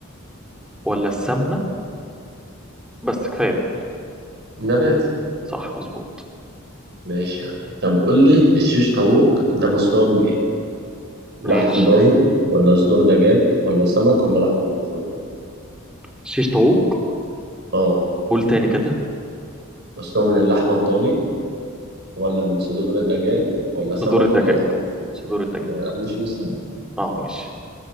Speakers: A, in the centre; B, on the right (about 55°).
A: ولا السمنة بس كفاية دول
B: نباتي
A: صح مظبوط
B: ماشي يا عم طب قول لي الشيش طاووق ده مصنوع من ايه لحم
A: ماشي
B: ضاني ولا صدور دجاج ولا سمك ولا لحم مفروم
A: شيش طاووق
B: اه
A: قول تاني كده
B: مصنوع من اللحمة الضاني ولا من صدور الدجاج ولا سمك
A: صدور الدجاج
B: ولا لحم مفروم
A: صدور الدجاج
B: آه، مش مستاهل
A: اه ماشي